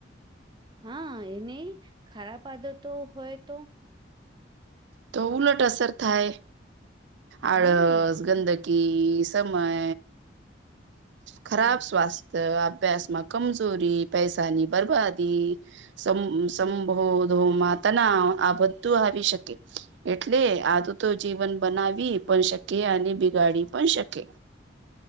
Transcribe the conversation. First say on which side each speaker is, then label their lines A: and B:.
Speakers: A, on the right (about 25°); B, on the right (about 70°).
A: હા એને ખરાબ આદતો હોય તો
B: તો ઉલટ અસર થાય. આળસ,
A: હમ
B: ગંદક
A: એ
B: કી સમય, ખરાબ
A: હમ
B: સ્વાસ્ થય, આભ્યાસમાં કમજોરી, પૈસાની બરબાદી સમ સંભોધોમા
A: હમ
B: તનાવ આ બધું આવી શકે. એટલે આદતો જીવન બનાવી પણ શકે અને બિગાડી પણ શકે.